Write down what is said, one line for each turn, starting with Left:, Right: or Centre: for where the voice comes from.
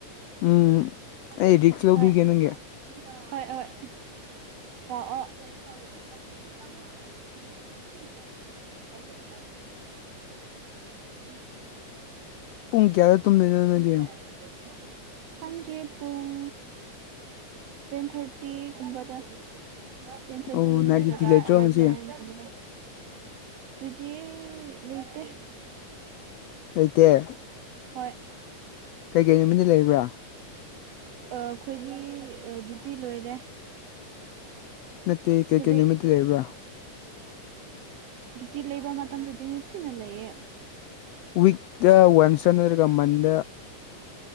Left: ꯎꯝ
Right: ꯍꯣꯏ
Left: ꯑꯩ ꯔꯤꯛꯁ ꯂꯧꯕꯤꯒꯦ ꯅꯪꯒꯤ
Right: ꯍꯣꯏ ꯍꯣꯏ ꯂꯥꯛꯑꯣ <unintelligible> <inaudible>
Left: ꯄꯨꯡ ꯀꯌꯥꯗ ꯇꯨꯝꯗꯣꯏꯅꯣ ꯅꯣꯏꯗꯤ
Right: <unintelligible> ꯈꯪꯗ꯭ꯔꯤ ꯄꯨꯡ ꯇꯦꯟ ꯊꯥꯔꯇꯤꯒꯨꯝꯕꯗ ꯇꯦꯟ ꯊꯥꯔꯇꯤ
Left: ꯑꯣ ꯅꯥꯏꯠ
Right: ꯅꯠꯇ꯭ꯔꯒ
Left: ꯗ꯭ꯌꯨꯇꯤ ꯂꯩꯇ꯭ꯔꯣ
Right: ꯑꯦꯂꯚꯦꯟꯒꯨꯝꯕꯗ
Left: ꯉꯁꯤ
Right: ꯇꯨꯗꯤ ꯂꯩꯇꯦ
Left: ꯂꯩꯇꯦ
Right: ꯍꯣꯏ
Left: ꯀꯩꯀꯩ ꯅꯨꯃꯤꯠꯇ ꯂꯩꯕ꯭ꯔꯥ
Right: ꯑꯥ ꯑꯈꯣꯏꯗꯤ ꯗ꯭ꯌꯨꯇꯤ ꯂꯣꯏꯔꯦ
Left: ꯅꯠꯇꯦ ꯀꯩꯀꯩ
Right: ꯍꯨꯖꯤꯛ
Left: ꯅꯨꯃꯤꯠꯇ ꯂꯩꯕ꯭ꯔꯥ
Right: ꯗ꯭ꯌꯨꯇꯤ ꯂꯩꯕ ꯃꯇꯝꯗꯗꯤ ꯅꯨꯇꯤꯅ ꯂꯩꯌꯦ
Left: ꯋꯤꯛꯇ ꯋꯥꯟꯁꯟ ꯅꯠꯇ꯭ꯔꯒ ꯃꯟꯗ